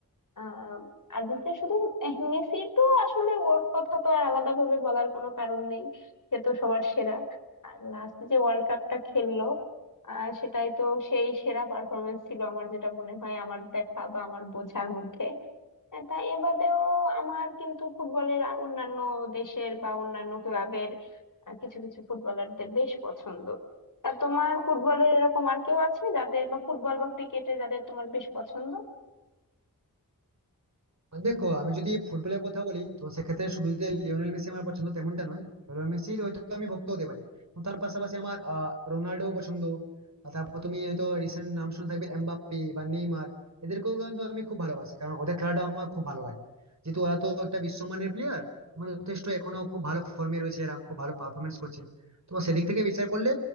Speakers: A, on the left; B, on the right.
A: আহ আর্জেন্টিনা শুধু এহ, মেসি তো আসলে ওর কথা তো আর আলাদা ভাবে বলার কোনো কারণ নেই সে তো সবার সেরা আর লাস্ট যে ওয়ার্ল্ড কাপটা খেললো আহ সেটাই তো সেই সেরা পারফরমেন্স ছিল আমার যেটা মনে হয় আমার দেখা বা আমার বোঝার মধ্যে আহ, তা এ বাদেও আমার কিন্তু ফুটবলের আ- অন্যান্য দেশের বা অন্যান্য ক্লাবের আহ, কিছু কিছু ফুটবলারদের বেশ পছন্দ তা তোমার ফুটবলের এরকম আর কেউ আছে যাদের বা ফুটবল বা ক্রিকেটে যাদের তোমার বেশ পছন্দ
B: মানে দেখো আমি যদি ফুটবলের কথা বলি তো সেক্ষেত্রে শুধু যে লিওনেল মেসি আমার পছন্দ তেমনটা নয় লিওনেল মেসির হয়তো আমি ভক্ত হতে পারি কিন্তু তার পাশাপাশি আমার আহ রোনাল্ডো পছন্দ আর তারপর তুমি হয়তো রিসেন্ট নাম শুনে থাকবে এমবাপ্পে বা নেইমার এদেরকেও কিন্তু আমি খুব ভালোবাসি কারণ ওদের খেলাটা আমার খুব ভালো লাগে যেহেতু ওরা তো একটা বিশ্বমানের প্লেয়ার যথেষ্ট এখনো খুব ভালো ফর্মে রয়েছে এরা খুব ভালো পারফরমেন্স করছে তো সেদিক থেকে বিচার করলে